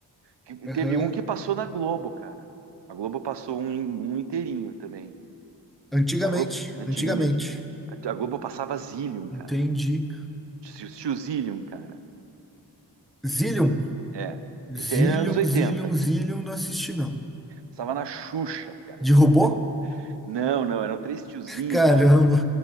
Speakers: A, on the right (about 80°); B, in the centre.
A: Que-
B: Aham.
A: Teve um que passou na Globo, cara. A Globo passou um, um inteirinho também.
B: Antigamente,
A: A Globo, antigamente.
B: antigamente.
A: A a Globo passava Zillion, cara.
B: Entendi.
A: Tio Zillion, cara.
B: Zillion.
A: É.
B: Zillion,
A: Esse aí é anos oitenta
B: Zillion, Zillion, não assisti, não.
A: Passava na Xuxa, cara.
B: De
A: <laughs>
B: robô?
A: Não, não, eram três tiozinho,
B: Caramba.
A: cara.